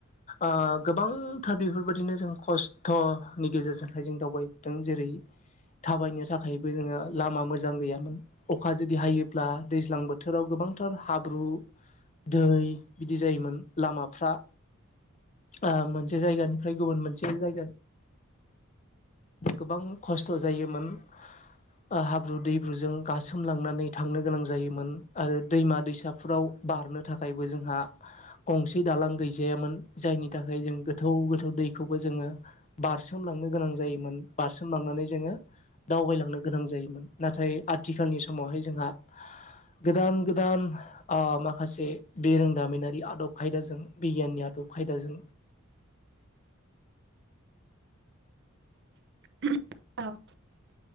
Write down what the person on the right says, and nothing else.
<inaudible>
<inaudible> <unintelligible>